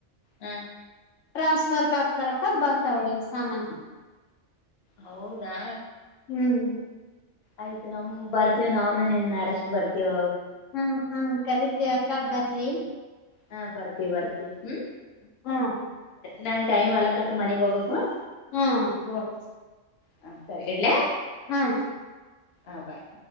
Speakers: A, on the left (about 55°); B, on the left (about 80°).
A: ಹ
B: ಟ್ರಾನ್ಸ್ ಸರ್ಕಕ್ ತರಕದ ಬರ್ತಾವ ಸಾಮಾನ
A: ಹೌದಾ
B: ಹ್ಮ್
A: ಆಯ್ತ ನಮಗ್ ಬರ್ತವ್ ನಾವ್ನ ನಿನ್ ಮ್ಯಾರೇಜ್ ಬರ್ತೀವ
B: ಹ್ಮ ಹಾ ಕರಿತೀವಕ್ಕ ಬರ ರೀ
A: ಹಾ ಬರ್ತಿ- ಬರ್ತಿ ಹ್ಮ
B: ಹ್ಮ
A: ನಾನ್ ಟೈಮ್ ಆಲಕ್ಕತ ಮನೆಗ್ ಹೋಗಬಬೇಕಕ್ವಾ
B: ಹ್ಮ್ ಹೊಜ್
A: ಹ ಸರಿ ಇಡ್ಲ
B: ಹ್ಮ
A: ಹ ಬಾಯ್